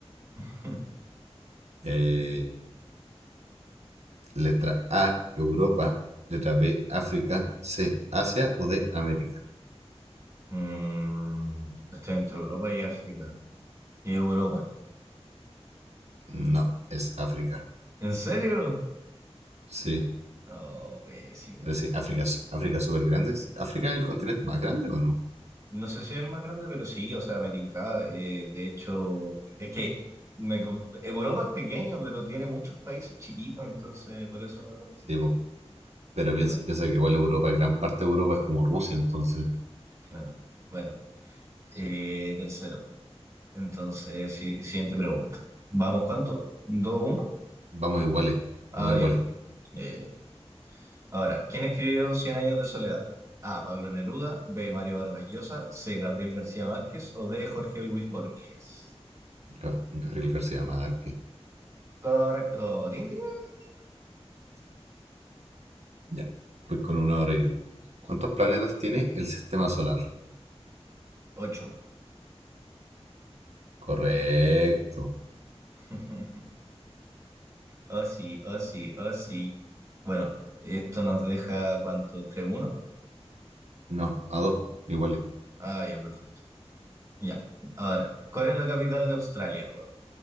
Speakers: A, on the right; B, on the right.
A: <laughs>
B: Eh, letra A, Europa. Letra B, África. C, Asia o D, América.
A: Mm, estoy entre Europa y África. Y Europa.
B: No, es África.
A: ¿En serio?
B: Sí,
A: No, pésimo.
B: pero sí, África, es- África es súper grande. ¿África es el continente más grande o no?
A: No sé si es el más grande, pero sí, o sea, me tincaba. eh, de hecho, es que me co- Europa es pequeño, pero tiene muchos países chiquitos, entonces por eso me confundí.
B: Sí, po. Pero piensa,
A: Bueno,
B: piensa que igual Europa, gran parte de Europa es como Rusia, entonces.
A: claro. Bueno,
B: Sí.
A: eh, tercero. Entonces, sí, siguiente pregunta. ¿Vamos cuánto? ¿Dos, uno?
B: Vamos iguales,
A: Ah,
B: no iguales.
A: ya. ya, ya, ya. Ahora, ¿quién escribió Cien años de soledad? A. Pablo Neruda, B. Mario Vargas Llosa, C. Gabriel García Márquez o D. Jorge Luis Borges.
B: Ga- Gabriel García Márquez.
A: Correcto. Ding, ding, ding, ding.
B: Ya, pues con una hora yo. ¿Cuántos planetas tiene el sistema solar?
A: Ocho.
B: Correcto.
A: <laughs> Oh, sí, oh, sí, oh, sí. Bueno, esto nos deja cuánto, tres uno.
B: No, a dos iguales.
A: Ah, ya, perfecto. Ya. Ahora, ¿cuál es la capital de Australia, juego?